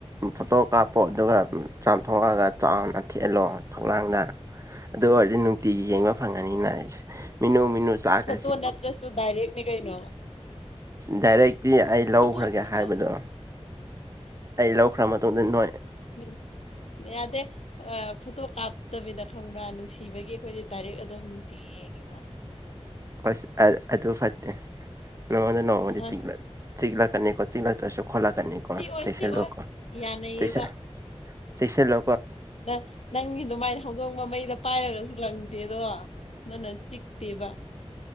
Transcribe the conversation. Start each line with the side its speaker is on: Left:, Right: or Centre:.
Right: ꯐꯣꯇꯣ ꯀꯥꯞꯄꯣ ꯑꯗꯨꯒ ꯆꯥꯝꯊꯣꯛꯑꯒ ꯆꯥꯎꯅ ꯊꯦꯠꯂꯣ ꯊꯧꯂꯥꯡꯗ ꯑꯗꯨ ꯑꯣꯏꯔꯗꯤ ꯅꯨꯡꯇꯤꯒꯤ ꯌꯦꯡꯕ ꯐꯪꯉꯅꯤꯅ ꯃꯤꯅꯨ ꯃꯤꯅꯨ ꯆꯥꯒ
Left: ꯐꯣꯇꯣ ꯅꯠꯇ꯭ꯔꯁꯨ ꯗꯥꯏꯔꯦꯛꯅꯦ ꯀꯩꯅꯣ
Right: ꯗꯥꯏꯔꯦꯛ ꯏ ꯑꯩ ꯂꯧꯈ꯭ꯔꯒꯦ
Left: ꯐꯣꯇꯣ ꯐꯣꯇꯣ
Right: ꯍꯥꯏꯕꯗꯣ ꯑꯩ ꯂꯧꯈ꯭ꯔ ꯃꯇꯨꯡꯗ ꯅꯣꯏ
Left: ꯎꯝ ꯌꯥꯗꯦ ꯐꯣꯇꯣ ꯀꯥꯞꯇꯕꯤꯗ ꯈꯪꯕ꯭ꯔꯥ ꯅꯨꯡꯁꯤꯕꯒꯤ ꯑꯩꯈꯣꯏꯗꯤ ꯗꯥꯏꯔꯦꯛ ꯑꯗꯨꯝ ꯅꯨꯡꯇꯤ ꯌꯦꯡꯕ꯭ꯔꯥ
Right: ꯍꯁ ꯑꯗꯨ ꯐꯠꯇꯦ ꯅꯪꯉꯣꯟꯗ ꯅꯣꯡꯃꯗꯤ
Left: ꯑ
Right: ꯆꯤꯛꯂꯛꯀꯅꯤꯀꯣ ꯆꯤꯛꯂꯛꯇ꯭ꯔꯁꯨ ꯈꯣꯂ ꯀ ꯀꯣ
Left: ꯁꯤ ꯑꯣꯏ
Right: ꯩꯁ
Left: ꯁꯤ ꯑꯣꯏ
Right: ꯂꯁ
Left: ꯌꯥꯅꯩꯌꯦꯕ
Right: ꯁ ꯂ
Left: ꯅ ꯅꯪ ꯑꯗꯨ ꯃꯥꯏ ꯍꯧꯗꯣꯡꯕ ꯃꯩꯗ ꯄꯥꯏꯔꯒꯁꯨ ꯂꯪꯗꯦꯗꯣ ꯅꯪꯅ ꯆꯤꯛꯇꯦꯕ